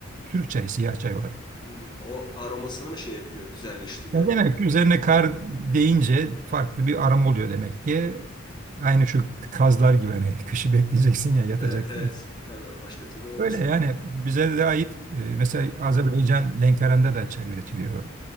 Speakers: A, on the right; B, on the left.
A: Türk çayı siyah çay olarak.
B: Hmm, O aromasını mı şey yapıyor, güzelleştiriyor?
A: Ya demek ki üzerine kar deyince farklı bir aroma oluyor demek ki.
B: Hı.
A: Aynı şu kazlar gibi hani <laughs> kışı bekleyeceksin ya yatacak.
B: Evet, evet. Tabii başka türlü olmaz.
A: Öyle yani bize de ait e, mesela
B: Evet.
A: Azerbaycan Lenkeran'da da çay üretiliyor